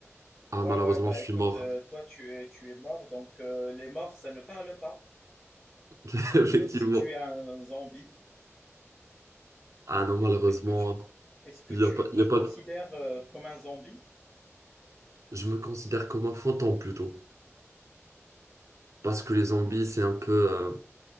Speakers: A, in the centre; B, on the right.
A: Ouais,
B: Ah, malheureusement,
A: ouais, bah
B: je
A: écoute,
B: suis mort.
A: euh, toi, tu es, tu es mort, donc euh, les morts, ça ne parle pas,
B: <laughs> Effectivement.
A: euh, sauf si tu es un zombie.
B: Ah non,
A: Est-ce,
B: malheureusement.
A: est-ce que tu, est-ce que
B: Il
A: tu
B: y a pas,
A: te
B: il y
A: considères
B: a pas de-
A: euh, comme un zombie?
B: Je me considère comme un fantôme plutôt. Parce que les zombies, c'est un peu euh,